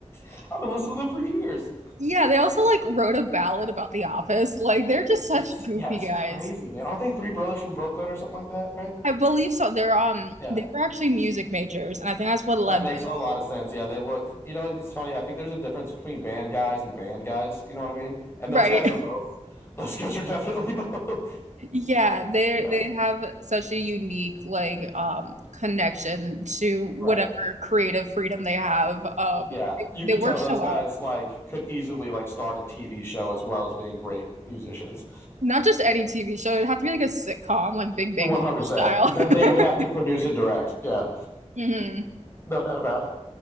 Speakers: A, on the left; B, on the right.
A: <laughs> I've been listening to them for years."
B: Yeah, they also like wrote a ballad about The Office. Like they're just such
A: It's-
B: goofy
A: yeah, it's
B: guys.
A: crazy, man. Aren't they three brothers from Brooklyn or something like that, right?
B: I believe so. They're um
A: Yeah,
B: they were actually music majors, and I think that's what led
A: that makes
B: them.
A: a lot of sense. Yeah, they look, you know, it's funny. I think there's a difference between band guys and band guys. You know what I mean? And
B: Right.
A: those guys are both. <laughs> Those guys are definitely both.
B: Yeah, they
A: <laughs> yeah,
B: they have such a unique like um connection to whatever
A: right.
B: creative freedom they have. Um
A: Yeah,
B: they,
A: you
B: they
A: could
B: work
A: tell those
B: so
A: guys
B: well.
A: like could easily like start a TV show as well as being great musicians.
B: Not just any TV show, it'd have to be like a sitcom, like Big Bang
A: 100%.
B: Theory style.
A: That
B: <laughs>
A: they would have to produce and direct. Yeah,
B: hmm
A: no doubt about it.